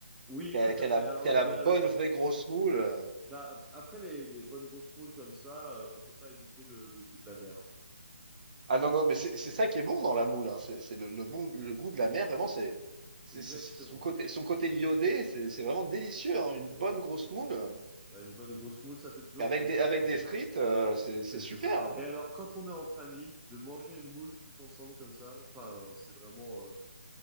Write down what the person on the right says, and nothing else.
qui a,
qui
a la,
qui
a la
bonne,
vraie
grosse moule.
Ah non, non, mais c'est c'est ça qui est bon dans la moule, hein. C'est c'est le, le bon, le goût de la mer, vraiment, c'est c'est-
c'est- c'est son côté, son côté iodé, c'est c'est vraiment délicieux, hein. Une
bonne grosse moule
avec
des, avec
des frites,
euh, c'est c'est
super,
hein.